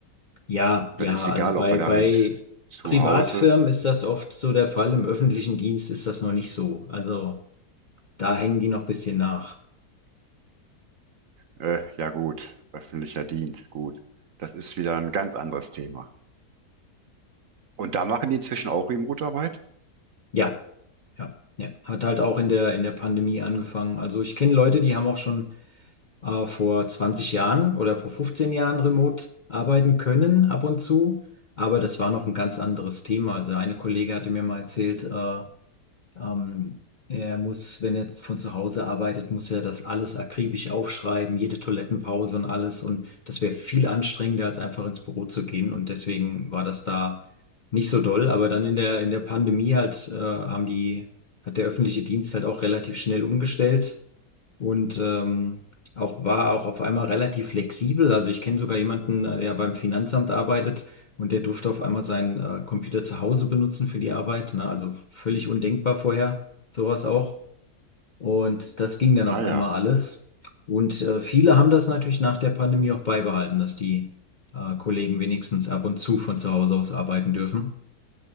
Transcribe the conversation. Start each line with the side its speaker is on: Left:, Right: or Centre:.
Left: Ja,
Right: Dann
Left: ja,
Right: ist egal,
Left: also bei,
Right: ob er damit
Left: bei
Right: zu
Left: Privatfirmen
Right: Hause,
Left: ist das oft so der Fall, im öffentlichen Dienst ist das noch nicht so. Also da hängen die noch ein bisschen nach.
Right: äh, ja gut, öffentlicher Dienst, gut. Das ist wieder ein ganz anderes Thema. Und da machen die inzwischen auch Remote-Arbeit?
Left: Ja. Ja, ja, hat halt auch in der, in der Pandemie angefangen. Also ich kenne Leute, die haben auch schon äh, vor 20 Jahren oder vor 15 Jahren remote arbeiten können ab und zu, aber das war noch ein ganz anderes Thema. Also eine Kollegin hatte mir mal erzählt, äh, ähm, er muss, wenn er jetzt von zu Hause arbeitet, muss er das alles akribisch aufschreiben, jede Toilettenpause und alles. Und das wäre viel anstrengender, als einfach ins Büro zu gehen. Und deswegen war das da nicht so doll. Aber dann in der, in der Pandemie halt, äh, haben die, hat der öffentliche Dienst halt auch relativ schnell umgestellt und ähm, auch war auch auf einmal relativ flexibel. Also ich kenne sogar jemanden, äh, der beim Finanzamt arbeitet und der durfte auf einmal seinen äh, Computer zu Hause benutzen für die Arbeit. Ne? Also völlig undenkbar vorher, sowas auch. Und das ging dann
Right: Naja,
Left: auf einmal alles. Und äh, viele haben das natürlich nach der Pandemie auch beibehalten, dass die äh, Kollegen wenigstens ab und zu von zu Hause aus arbeiten dürfen.